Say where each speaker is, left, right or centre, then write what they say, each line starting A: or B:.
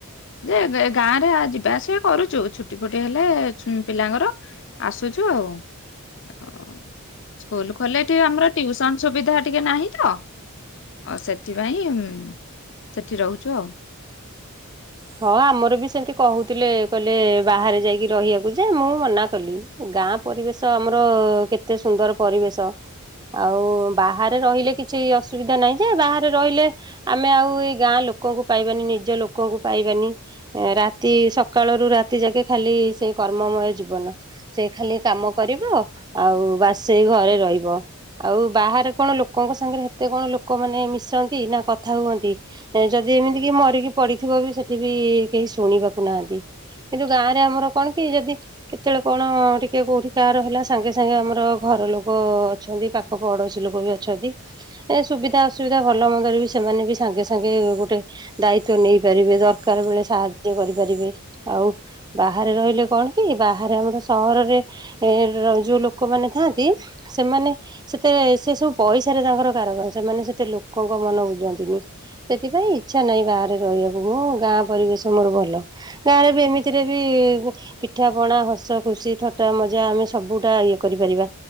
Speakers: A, on the left (about 55°); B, on the right (about 20°).
A: ଯେ ଗାଁ ରେ ଯିବା ଆସିବେ କରୁଛୁ ଛୁଟି ଫୁଟି ହେଲେ ପିଲାଙ୍କର। ଆସୁଛୁ ଆଉ ଆଉ ସ୍କୁଲ ଖୋଲି ଲେ ଏଠି ଆମର ଟିଉସନ ସୁବିଧା ଟିକେ ନାହିଁ ତ ଆଉ ସେଥିପାଇଁ ସେଠି ରହୁଛୁ ଆଉ
B: ହଁ ଆମର ବି ସେମିତି କହୁଥିଲେ କହିଲେ ବାହାରେ ଯାଇକି ରହିବାକୁ ଯିବୁ ଯେ ମୁଁ ମନା କଲି ଗାଁ ପରିବେଶ ଆମର କେତେ ସୁନ୍ଦର ପରିବେଶ, ଆଉ ବାହାରେ ରହିଲେ କିଛି ଅସୁବିଧା ନାହିଁ ଯେ ବାହାରେ ରହିଲେ ଆମେ ଆଉ ଏଇ ଗାଁ ଲୋକଙ୍କୁ ପାଇବାନି ନିଜ ଲୋକଙ୍କୁ ପାଇବାନି ରାତି ସକାଳ ରୁ ରାତି ଯାକେ ଖାଲି ସେଇ କର୍ମମୟ ଜୀବନ। ସେ ଖାଲି କାମ କରିବ ଆଉ ବାସେ ଘରେ ରହିବ ଆଉ ବାହାରେ କଣ ଲୋକଙ୍କ ସାଙ୍ଗରେ ଏତେ କଣ ଲୋକମାନେ ମିଶନ୍ତି ନା କଥା ହୁଅନ୍ତି। ଯଦି ଏମିତି କି ମରିକି ପଡିଥିବ ବି ସେଠି ବି କେହି ଶୁଣିବାକୁ ନାହାନ୍ତି। କିନ୍ତୁ ଗାଁ ରେ ଆମର କଣ କି ଯଦି କେତେବେଳେ କଣ ଟିକେ କୋଉଠି କାହାର ହେଲା ସାଙ୍ଗେ ସାଙ୍ଗେ ଆମର ଘର ଲୋକ ଅଛନ୍ତି ପାଖ, ପଡ଼ୋଶୀ ଲୋକ ବି ଅଛନ୍ତି, ଏ ସୁବିଧା ଅସୁବିଧା ଭଲ ମନ୍ଦରେ ବି ସେମାନେ ବି ସାଙ୍ଗେ ସାଙ୍ଗେ ଗୋଟେ ଦାୟିତ୍ୱ ନେଇ ପାରିବେ ଦରକାର ବେଳେ ସାହାଯ୍ୟ କରିପାରିବେ ଆଉ ବାହାରେ ରହିଲେ କଣ କି ବାହାରେ ଆମର ସହରରେ ଏ ର ଯୋଉ ଲୋକମାନେ ଥାନ୍ତି ସେମାନେ ସେତେ ସେ ସବୁ ପଇସାରେ ତାଙ୍କର କାରାବାର ସେମାନେ ସେତେ ଲୋକଙ୍କ ମନ ବୁଝନ୍ତିନି ସେଥିପାଇଁ ଇଚ୍ଛା ନାହିଁ ବାହାରେ ରହିବାକୁ ମୁଁ ଗାଁ ପରିବେଶ ମୋର ଭଲ ଗାଁରେ ବି ଏମିତିରେ ବି ପିଠା ପଣା ହସ ଖୁସି ଥଟା ମଜା ଆମେ ସବୁଟା ଇଏ କରିପାରିବା